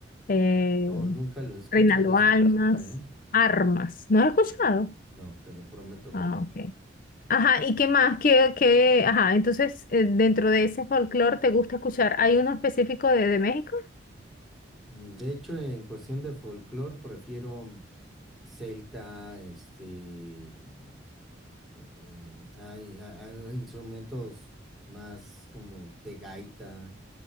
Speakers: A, on the left; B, in the centre.
A: Eh,
B: no, nunca lo he escuchado
A: Reinaldo
B: esa
A: Almas,
B: música, ¿eh?
A: Armas. ¿No has escuchado?
B: No, te lo prometo
A: Ah,
B: que no.
A: ok. Ajá, ¿y qué más? ¿Qué, qué? Ajá, entonces, eh, dentro de ese folclore te gusta escuchar. ¿Hay uno específico de, de México?
B: Mm, De hecho, en cuestión de folclore, prefiero... celta, este, mm, eh, eh, hay, hay- hay instrumentos más como de gaita.